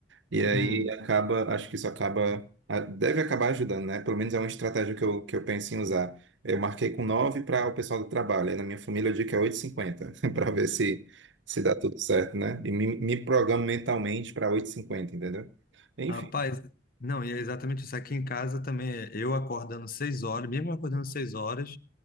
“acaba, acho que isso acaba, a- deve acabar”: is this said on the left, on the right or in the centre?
Right